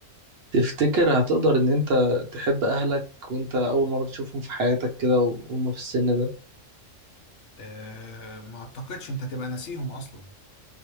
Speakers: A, on the right; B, on the left.
A: هتفتكر هتقدر إن أنت تحب أهلك وأنت أول مرة تشوفهم في حياتك كده وهما في السن ده
B: أه ما اعتقدش انت هتبقى ناسيهم اصلا